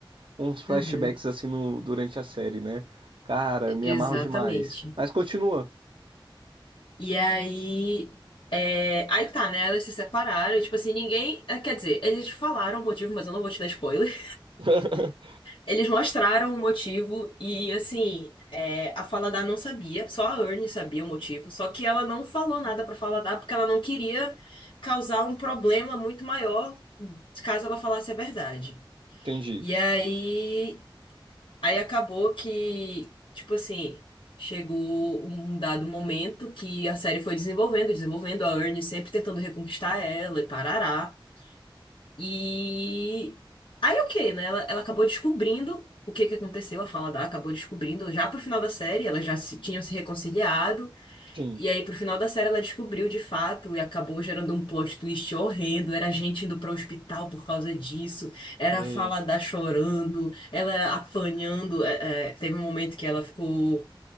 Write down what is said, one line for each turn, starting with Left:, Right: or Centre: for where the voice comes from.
Right: uns flashbacks
Left: Uhum,
Right: assim no- durante a série, né? Cara, me
Left: exatamente.
Right: amarro demais. Mas continua.
Left: E aí é, aí tá, né? Elas se separaram, e, tipo assim, ninguém, eh, quer dizer, eles falaram o motivo, mas eu não vou te dar spoiler.
Right: <laughs>
Left: Eles mostraram o motivo e, assim, é, a Faladar não sabia, só a Ernie sabia o motivo, só que ela não falou nada pra Faladar porque ela não queria causar um problema muito maior caso ela falasse a verdade.
Right: Entendi.
Left: E aí, aí acabou que, tipo assim, chegou um dado momento que a série foi desenvolvendo, desenvolvendo, a Ernie sempre tentando reconquistar ela e parará. E aí o que né? Ela, ela acabou descobrindo o que que aconteceu, a Falada acabou descobrindo já pro final da série, elas já se, tinham se reconciliado,
Right: Sim.
Left: e aí pro final da série ela descobriu de fato e acabou gerando um plot twist horrendo, era gente indo pro hospital por causa disso, era
Right: Eita.
Left: a Falada chorando, ela apanhando, é, é, teve um momento que ela ficou